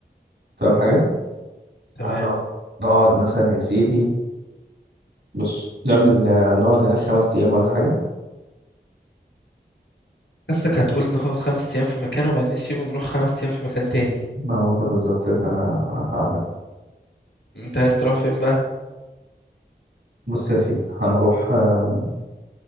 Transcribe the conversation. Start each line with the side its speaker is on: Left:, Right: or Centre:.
Right: فاهم حاجه
Left: تمام
Right: هنقعد نقعد مثلا يا سيدي بص نعمل آه، نقعد هناك خمس ايام ولا حاجه
Left: حاسك هتقول ان هنقعد خمس ايام في مكان وبعدين نسيبه نروح خمس ايام في مكان تاني
Right: ما هو ده بالظبط اللي انا هعمل
Left: انت عايز تروح فين بقى
Right: بص يا سيدي هنروح آه